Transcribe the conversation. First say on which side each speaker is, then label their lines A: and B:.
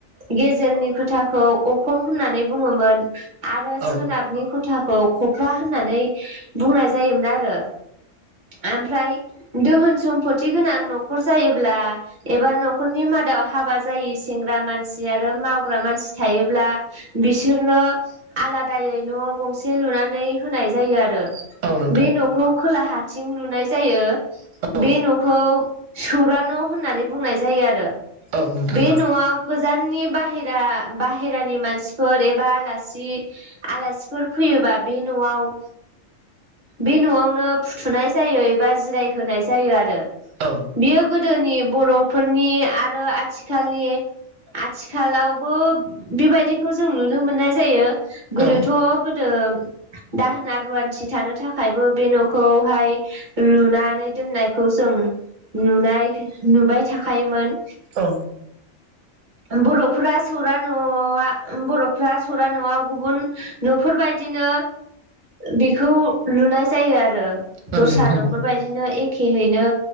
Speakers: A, on the right (about 40°); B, on the right (about 70°).
A: गेजेरनि ख'थाखौ अखं होननानै बुङोमोन। आरो
B: औ
A: सोनाबनि खथाखौ खफ्रा होननानै बुंनाय जायोमोन आरो। आमफ्राय दोहोन सम्फथि गोनां न'खर जायोब्ला एबा न'खरनि मादाव हाबा जा जायो सेंग्रा मानसि आरो मावग्रा मानसि थायोब्ला बिसोरनो आलादायै न' गंसे लुनानै होनाय जायो आरो।
B: औ नोंथां
A: बे न'खौ खोला हाथिं लुनाय जायो
B: औ
A: बे न' खौ सौरा न' होननानै बुंनाय जायो आरो।
B: औ नोंथां
A: बे न'आव गोजाननि बाहेरा बाहेरानि मानसिफोर एबा आलासि आलासिफोर फैयोबा बे न'आव बे न'आवनो फुथुनाय जायो एबा जिरायहोनाय जायो आरो।
B: औ
A: बियो गोदोनि बर'फोरनि आरो आथिखालनि आथिखालावबो बेबायदिखौ जों नुनो मोननाय जायो। गोदोथ'
B: औ
A: गोदो दाहोना रुवान्थि थानो थाखायबो बे न'खौहाय लुनानै दोननायखौ जों नुनाय नुबाय थाखोमोन
B: औ
A: बर'फोरा सौरा न'आ बर'फ्रा सौरा न'आव गुबुन न'फोरबायदिनो बेखौ लुनाय जायो आरो।
B: औ
A: दस्रा
B: नोंथां
A: न'फोरबायदिनो एखेहैनो